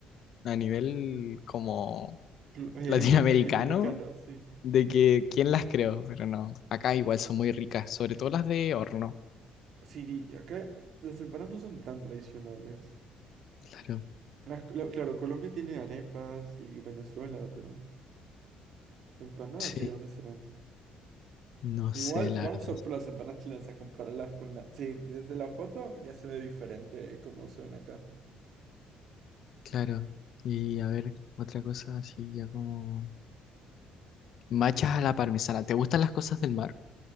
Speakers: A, on the left; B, on the right.
A: a nivel como
B: cl-
A: <laughs>
B: eh,
A: latinoamericano
B: <laughs> latinoamericanos, sí.
A: de que quién las creó, pero no. Acá igual son muy ricas, sobre todo las de horno.
B: Sí, acá las empanadas no son tan tradicionales.
A: Claro.
B: Las- lo- claro, Colombia tiene arepas y Venezuela, pero empanadas,
A: Sí,
B: sí, ¿dónde serán?
A: no
B: Igual,
A: sé, la
B: vamos
A: verdad.
B: a por las empanadas chilenas a compararlas con la... Sí, desde la foto ya se ve diferente cómo se ven acá.
A: Claro. Y a ver, otra cosa así, ya como... Machas a la parmesana. ¿Te gustan las cosas del mar?